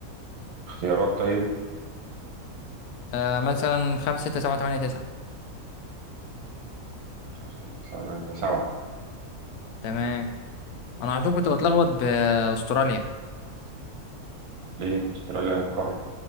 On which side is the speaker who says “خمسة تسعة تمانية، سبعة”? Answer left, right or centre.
Right